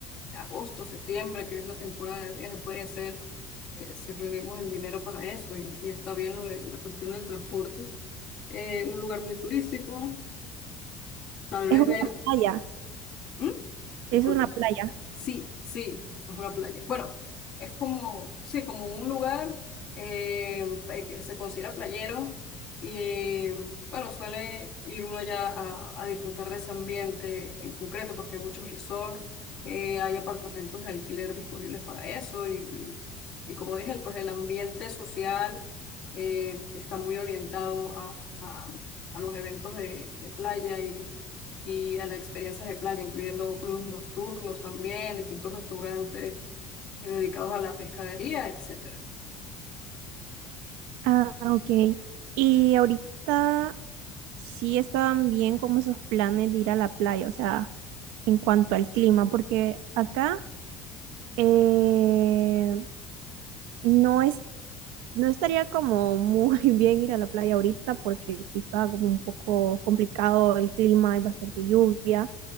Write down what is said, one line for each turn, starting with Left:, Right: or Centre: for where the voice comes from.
Left: agosto, septiembre, que es la temporada de viaje, puede ser eh, si reunimos el dinero para eso y, y está bien lo de la cuestión del transporte. Eh, un lugar muy turístico, tal vez
Right: Es una
Left: ver,
Right: playa,
Left: ¿Mm?
Right: es
Left: Disculpa.
Right: una playa.
Left: Sí, sí, es una playa. Bueno, es como, sí, como un lugar eh, que se considera playero y bueno, suele ir uno allá a, a disfrutar de ese ambiente en concreto porque hay muchos resorts, eh, hay apartamentos de alquiler disponibles para eso y, y, y como dije, pues el ambiente social eh, está muy orientado a, a- a los eventos de, de playa y a las experiencias de playa, incluyendo clubes nocturnos también, distintos restaurantes eh, dedicados a la pescadería, etcétera.
Right: Ah, ok. Y ahorita sí estaban bien como esos planes de ir a la playa, o sea, en cuanto al clima, porque acá eh, no es No estaría como muy <laughs> bien ir a la playa ahorita porque sí está como un poco complicado el clima, hay bastante lluvia.